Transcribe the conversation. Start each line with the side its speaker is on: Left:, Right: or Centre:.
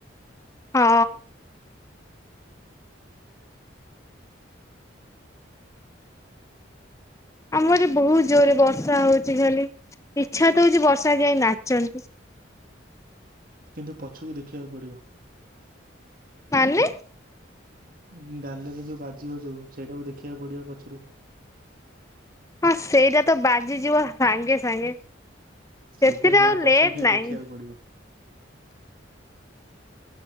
Left: ହଁ ଆମ ଏଠି ବହୁତ ଜୋରେ ବର୍ଷା ହଉଚି ଖାଲି ଇଚ୍ଛା ତ ହଉଚି ବର୍ଷାରେ ଯାଇ ନାଚନ୍ତି।
Right: କିନ୍ତୁ ପଛୁକୁ ଦେଖିବାକୁ ପଡ଼ିବ।
Left: ମାନେ?
Right: ଉଁ ଗାଲରେ ଯୋଉ ବାଜିବ ଯୋଉ ସେଇଟାକୁ ଦେଖିବାକୁ ପଡ଼ିବ ପଛରୁ।
Left: ହଁ ସେଇଟା ତ ବାଜିଯିବ ସାଙ୍ଗେ ସାଙ୍ଗେ
Right: ସେଇଥିପାଇଁ
Left: ସେଥିରେ
Right: କହିଲି
Left: ଆଉ
Right: ପଛକୁ
Left: ଲେଟ୍
Right: ଟିକେ
Left: ନାଇଁ।
Right: ଦେଖିବାକୁ ପଡିବ।